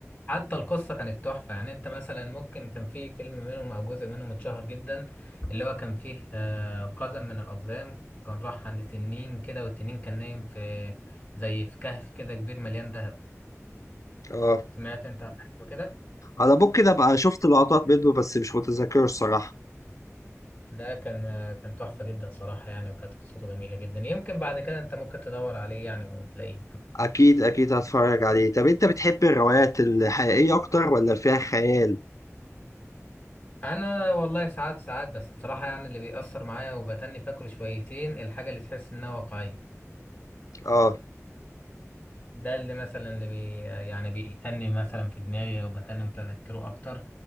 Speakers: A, on the left; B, on the left.
A: حتى القصة كانت تحفة يعني انت مثلا ممكن كان في فيلم منهم او جزء منهم اتشهر جدا اللي هو كان فيه آه، قزم من الأقزام كان راح عند تنين كده والتنين كان نايم في زي في كهف كده كبير مليان دهب
B: اه
A: سمعت انت عن حاجه كده
B: انا ممكن ابقى شفت لقطات منه بس مش متذكره الصراحه
A: ده كان كان تحفه جدا صراحه يعني وكانت قصته جميله جدا يمكن بعد كده انت ممكن تدور عليه يعني وتلاقيه
B: اكيد اكيد هتفرج عليه طب انت بتحب الروايات الحقيقيه اكتر ولا فيها خيال
A: انا والله ساعات ساعات بس بصراحه يعني اللي بيأثر معايا وبتني فاكره شويتين الحاجه اللي تحس انها واقعيه
B: اه
A: ده اللي مثلا اللي بي يعني بيتني مثلا في دماغي وبتني متذكره اكتر